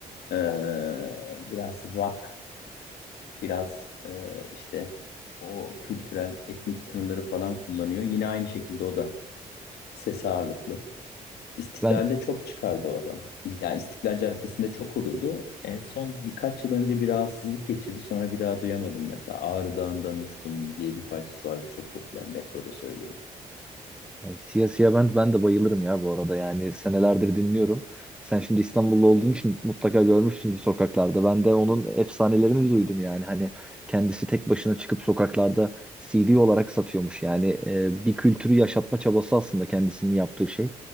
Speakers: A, on the left (about 80°); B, in the centre.
A: ee, biraz rock, biraz ee, işte o kültürel etnik tınıları falan kullanıyor. Yine aynı şekilde o da ses ağırlıklı. İstiklal'de
B: Ben
A: çok çıkardı o adam. Ya İstiklal Caddesi'nde çok olurdu. En son birkaç yıl önce bir rahatsızlık geçirdi. Sonra bir daha duyamadım mesela. Ağrı Dağı'ndan uçtum diye bir parçası vardı. Çok popüler. Metroda söylüyor.
B: Yani Siyah Siyah ben, ben de bayılırım ya bu arada yani senelerdir dinliyorum. Sen şimdi İstanbullu olduğun için mutlaka görmüşsündür sokaklarda. Ben de onun efsanelerini duydum yani. Hani kendisi tek başına çıkıp sokaklarda CD olarak satıyormuş. Yani e, bir kültürü yaşatma çabası aslında kendisinin yaptığı şey.